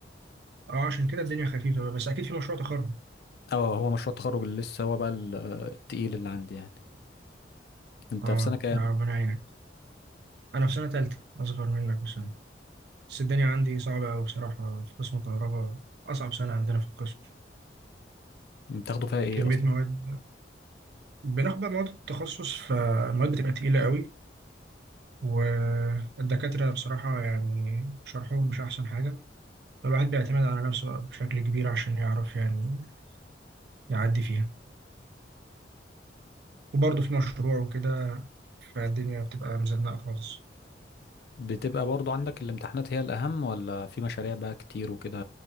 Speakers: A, on the right; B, on the left.
A: اه عشان كده الدنيا خفيفه بقى بس اكيد في مشروع تخرج
B: اه هو مشروع التخرج اللي لسه هو بقى ال- التقيل اللي عندي يعني انت
A: اه
B: في سنة كام
A: يا ربنا يعينك انا في سنه تالته اصغر منك بسنه بس الدنيا عندي صعبه قوي بصراحه في قسم كهرباء اصعب سنه عندنا في القسم
B: بتاخده فيها ايه
A: كميه مواد بناخد بقى مواد التخصص فالمواد بتبقى تقيله قوي والدكاترة بصراحة يعني شرحهم مش أحسن حاجة فالواحد بيعتمد على نفسه بقى بشكل كبير عشان يعرف يعني يعدي فيها وبرضه في مشروع وكده فالدنيا بتبقى مزنقة خالص
B: بتبقى برضو عندك الامتحانات هي الأهم ولا في مشاريع بقى كتير وكده